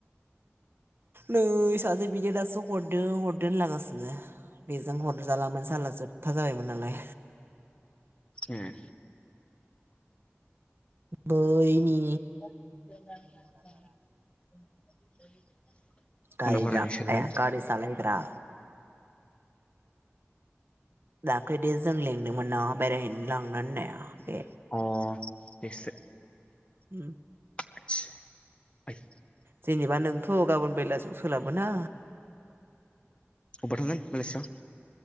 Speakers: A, on the right; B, on the left.
A: नै सासे बिदि दासो हरदों हरदो होनलागासिनो बेजों हरजालामोन जााला जोब थोबथा जाबायमोन नालाय
B: ए
A: बयनि
B: <unintelligible> <inaudible>
A: <unintelligible>
B: खनाफारानि सोलाय
A: गारि सालायग्रा दाख्लै दे जों लेंदों <unintelligible> बेरायहैनो लांनो होननाया बे
B: अ एसो
A: उम।
B: <unintelligible>
A: जेनेबा नोंथ' गाबोन बेलासियाव सोलाबो ना।
B: अबाव थांगोन बेलासेयाव।